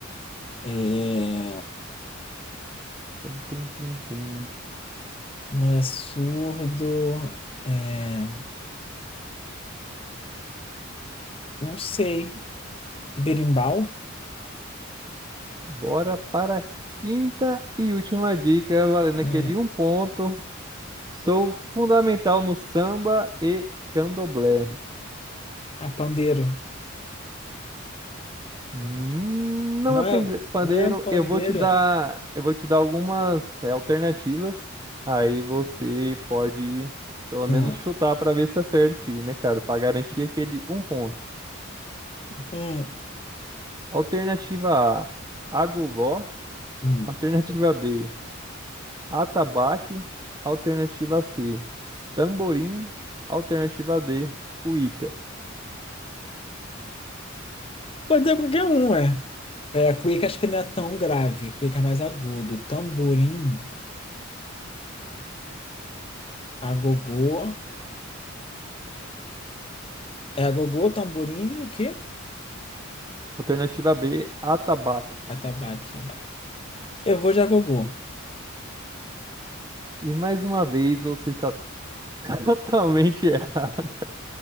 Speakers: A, on the left (about 30°); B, on the right (about 20°).
A: É...
B: Tum, tum, tum, tum.
A: Não é surdo. É... Não sei. Berimbau?
B: Bora para a quinta e última dica, valendo
A: Hum,
B: aquele um ponto. Sou fundamental no samba e candomblé.
A: é pandeiro.
B: Hum, Não
A: Não
B: é pende-
A: é,
B: pandeiro,
A: não é pandeira.
B: eu vou te dar, eu vou te dar algumas eh, alternativas. Aí você pode pelo
A: Hum,
B: menos chutar para ver se acerta aqui, né, cara? Para garantir aquele um ponto.
A: hum,
B: Alternativa A, agogó.
A: hum.
B: Alternativa B, atabaque. Alternativa C, tamborim. Alternativa D, cuíca.
A: Pode ser qualquer um, é. É, cuíca acho que não é tão grave. Cuíca é mais agudo. Tamborim, agogô. É agogô, tamborim e o quê?
B: Alternativa B, atabaque.
A: Atabaque. Eu vou de agogô.
B: E mais uma vez você está <laughs> totalmente errado.